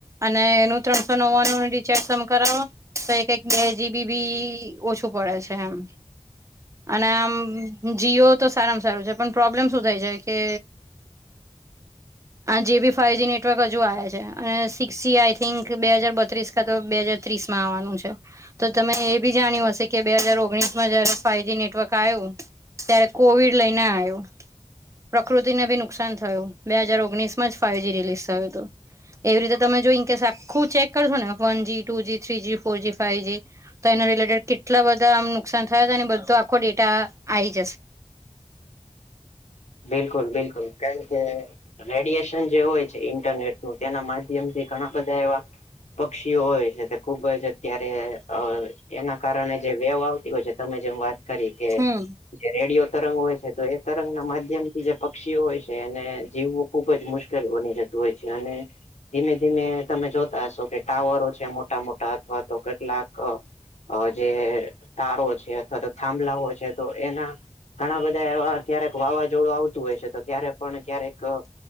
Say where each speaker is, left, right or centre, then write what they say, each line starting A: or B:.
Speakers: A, on the right (about 25°); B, on the left (about 75°).
A: અને એનું ત્રણસો નવ્વાણુંનું રિચાર્જ તમે કરાવો તો એક એક બે જી બી બી ઓછું પડે છે એમ. અને આમ જી ઓ તો સારામાં સારું છે. પણ પ્રોબ્લેમ શું થાય છે કે આ જે બી ફાઈવજી નેટવર્ક હજુ આયા છે. અને સિક્સ જી આય થીંક, બે હાજર બત્રીસ કા તો બે હાજર ત્રીસ માં આવાનું છે. તો તમે એ બી જાણ્યું હશે કે, બે હજાર ઓગણીસ માં જયારે ફાઈવજી નેટવર્ક આયુ -- ત્યારે કોવિડ લઈને આયુ. પ્રકૃતિને બી નુકસાન થયું, બે હાજાર ઓગણીસ માં જ ફાઈવજી રિલીઝ થયું તું. એવી રીતે તમે જોઈ ને કેશો, આખું ચેક કરશો ને one G, two G, three G, four G, five G -- તો એના રિલેટેડ કેટલા બધા આમ નુકસાન થયા હતા અને બધો આખો ડેટા આ આયી જશે.
B: બિલકુલ બિલકુલ કારણ કે, -- રેડિયશન જે હોય છે ઇન્ટરનેટ નું તેના માધ્યમથી ઘણા બધા એવા -- પક્ષીઓ હોય છે તે ખૂબ જ- ત્યારે અ એના કારણે જે વેવ આવતી હોય છે, તમે જેમ વાત- - કરી કે,
A: હમ
B: જે રેડિયો તરંગ હોય છે તો એ તરંગ ના માધ્યમ થી જે પક્ષીઓ હોય છે- -કે એને જીવવું ખુબ જ મુશ્કેલ બની જતું હોય છે અને, - ધીમે ધીમે તમે જોતા હશો કે, ટાવરો છે મોટા મોટા અથવા તો કટલાક અ- અ જે તારો છે, અથવા તો થાંભલાઓ છે, તો એના- ઘણા બધા એવા ક્યારેક વાવાઝોડું આવતું હોય છે, તો ત્યારે પણ ક્યારેક અ-